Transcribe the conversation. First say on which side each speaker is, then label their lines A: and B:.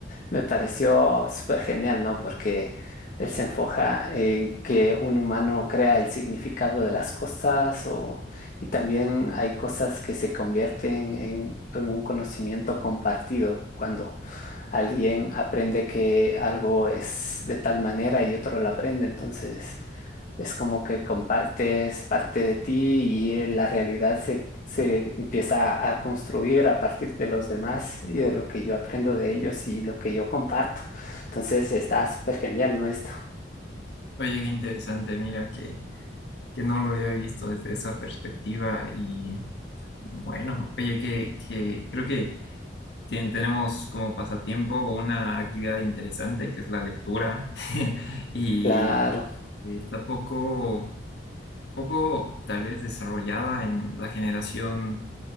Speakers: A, on the left; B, on the left.
A: me pareció súper genial, ¿no? Porque él se enfoca en que un humano crea el significado de las cosas o, y también hay cosas que se convierten en, en un conocimiento compartido cuando alguien aprende que algo es de tal manera y otro lo aprende. Entonces... Es como que compartes parte de ti y la realidad se, se empieza a construir a partir de los demás y de lo que yo aprendo de ellos y lo que yo comparto. Entonces está súper genial, ¿no? Esto.
B: Oye, qué interesante, mira que... que no lo había visto desde esa perspectiva y bueno, oye, que, que creo que ten- tenemos como pasatiempo una actividad interesante que es la lectura <laughs> y
A: Claro.
B: eh, está poco, poco tal vez desarrollada en la generación